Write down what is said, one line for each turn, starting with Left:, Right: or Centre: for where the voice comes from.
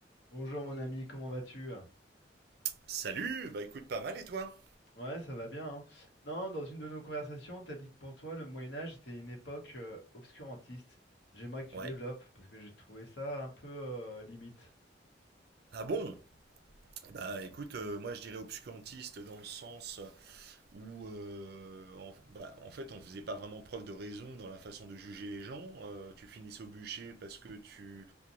Left: Bonjour mon ami, comment vas-tu?
Right: Salut, bah écoute pas mal et toi?
Left: Ouais, ça va bien. hein. Non, dans une de nos conversations, t'as dit que pour toi, le Moyen Âge était une époque euh, obscurantiste. J'aimerais que tu
Right: Ouais.
Left: développes, parce que j'ai trouvé ça un peu euh, limite.
Right: Ah bon? Eh Bah écoute, euh, moi je dirais obscurantiste dans le sens où euh, en, bah, en fait on faisait pas vraiment preuve de raison dans la façon de juger les gens. Euh, tu finissais au bûcher parce que tu